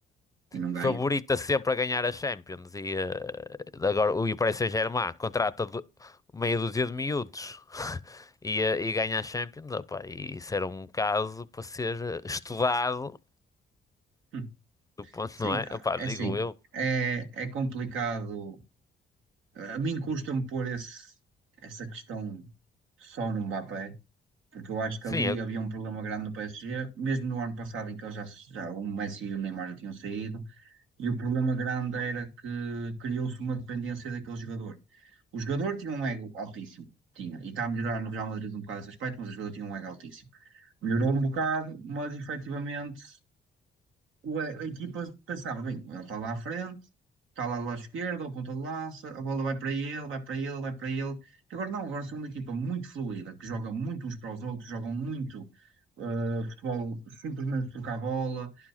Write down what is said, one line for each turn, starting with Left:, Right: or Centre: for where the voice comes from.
Right: e não ganha.
Left: favorita sempre a ganhar a Champions e eh, agora o e o Paris Saint-Germain contrata do- meia dúzia de miúdos <laughs> e, eh, e ganha a Champions, opá, e isso era um caso para ser eh, estudado,
Right: Hum.
Left: do ponto,
Right: Sim,
Left: não é?
Right: ah,
Left: Opá,
Right: é
Left: digo
Right: assim.
Left: eu.
Right: É, é complicado. A mim custa-me pôr esse, essa questão só no Mbappé. porque eu acho que
Left: Sim,
Right: ali
Left: eu,
Right: havia um problema grande no PSG, mesmo no ano passado em que eles já, já o Messi e o Neymar já tinham saído, e o problema grande era que criou-se uma dependência daquele jogador. O jogador tinha um ego altíssimo, tinha, e está a melhorar no Real Madrid um bocado esse aspecto, mas o jogador tinha um ego altíssimo. Melhorou um bocado, mas efetivamente o- a, a equipa pensava, bem, ele está lá à frente, está lá do lado esquerdo, ao ponta de lança, a bola vai para ele, vai para ele, vai para ele. Agora não, agora são uma equipa muito fluida, que joga muito uns para os outros, jogam muito eh, futebol, simplesmente trocar a bola,